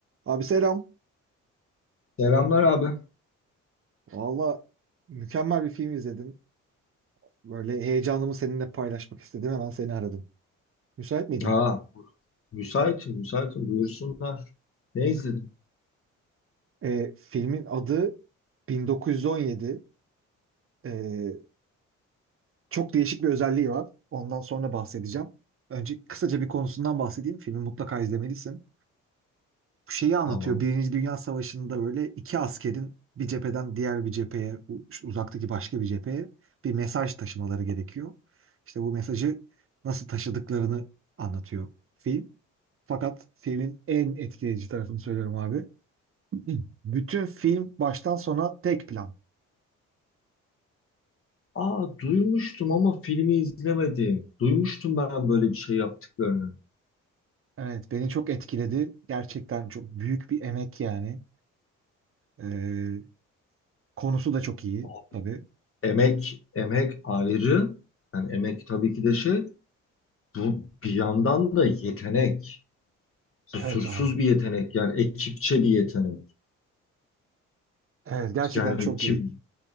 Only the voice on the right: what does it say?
Abi selam.
Valla mükemmel bir film izledim. Böyle heyecanımı seninle paylaşmak istedim. Hemen seni aradım. Müsait miydin?
Ee, filmin adı 1917. Ee, çok değişik bir özelliği var. Ondan sonra bahsedeceğim. Önce kısaca bir konusundan bahsedeyim. Filmi mutlaka izlemelisin. Bu şeyi anlatıyor.
Birinci Dünya Savaşı'nda böyle iki askerin bir cepheden diğer bir cepheye, u- uzaktaki başka bir cepheye bir mesaj taşımaları gerekiyor. İşte bu mesajı nasıl taşıdıklarını anlatıyor film. Fakat filmin en etkileyici tarafını söylüyorum abi. <clears throat> Bütün film baştan sona tek plan.
Evet, beni çok etkiledi. Gerçekten çok büyük bir emek yani. Ee, konusu da çok iyi
tabii.
Evet abi.
Evet, gerçekten
çok
iyi.